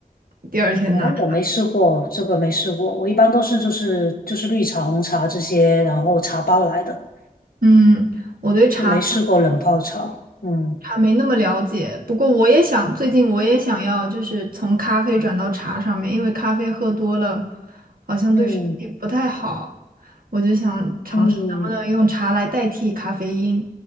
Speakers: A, on the right (about 80°); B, on the left (about 85°).
A: 第二天拿出
B: 哦，我没试过，这个没试过，我一般都是就是就是绿茶、红茶这些，然后茶包来的，
A: 嗯，我对茶。
B: 就没试过冷泡茶。嗯
A: 茶没那么了解，不过我也想，最近我也想要，就是从咖啡转到茶上面，因为咖啡喝多了，好像对身体不太好，
B: 嗯，
A: 我就想尝试能不能用茶来代替咖啡因，
B: 嗯